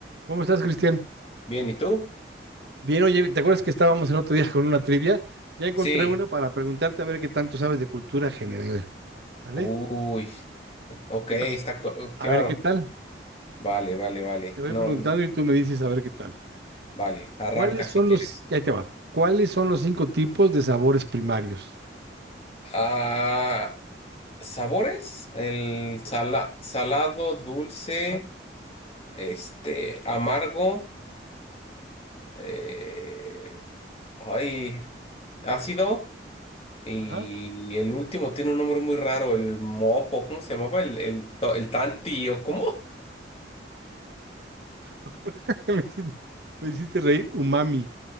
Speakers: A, on the right; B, on the left.
A: ¿Cómo estás, Cristian?
B: Bien, ¿y tú?
A: Bien, oye, ¿te acuerdas que estábamos el otro día con una trivia? Ya encontré
B: Sí.
A: una para preguntarte a ver qué tanto sabes de cultura general. ¿Sale?
B: Uy. Ok,
A: Venga.
B: está co-
A: A
B: claro.
A: ver qué tal.
B: Vale, vale, vale.
A: Te voy
B: No,
A: preguntando
B: n-
A: y tú me dices a ver qué tal.
B: vale. Arranca
A: ¿Cuáles
B: si
A: son
B: quieres.
A: los, ahí te va. ¿Cuáles son los cinco tipos de sabores primarios?
B: Ah, ¿sabores? El
A: Sabores.
B: sala- salado, dulce,
A: Ajá,
B: este, amargo, eh, ay, ácido. Y
A: ajá.
B: el último tiene un nombre muy raro, el mopo, ¿cómo se llamaba? El, el, to- el tanti, ¿o cómo?
A: <laughs> Me hiciste, me hiciste reír. Umami.